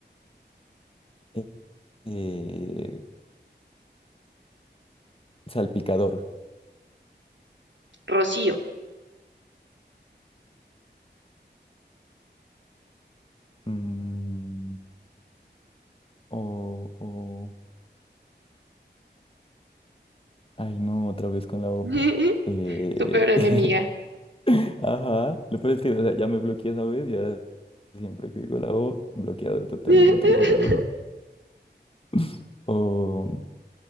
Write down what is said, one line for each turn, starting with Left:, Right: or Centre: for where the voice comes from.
Left: Eh, eh, salpicador
Right: Rocío,
Left: mm, o, o... Ay, no, otra vez con la O.
Right: <laughs>
Left: Eh,
Right: tu peor enemiga,
Left: <laughs> Ajá, lo peor es que o sea, ya me bloqueé esa vez y ahora siempre que digo la O, bloqueado totalmente
Right: <laughs>
Left: el cerebro. <laughs> O